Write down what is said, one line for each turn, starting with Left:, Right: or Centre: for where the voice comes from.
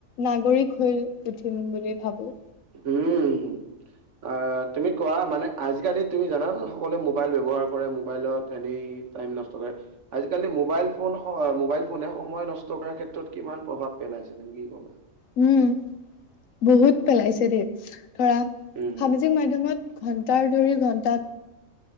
Left: নাগৰিক হৈ উঠিম বুলি ভাবোঁ।
Right: উমঁ' আহ'- তুমি কোৱা মানে আজিকালি তুমি জানা যে সকলোৱে মোবাইল ব্যৱহাৰ কৰে মোবাইলত এনেই টাইম নষ্ট কৰে। আজিকালি মোবাইল ফোন মোবাইল ফোনে সময় নষ্ট কৰাৰ ক্ষেত্ৰত কিমান প্ৰভাৱ পেলাইছিল? তুমি কি কবা?
Left: উমঁ' বহুত পেলাইছে
Right: উম,
Left: দেই ধৰা
Right: উম,
Left: সামাজিক মাধ্যমত- ঘন্টাৰ ধৰি ঘন্টা-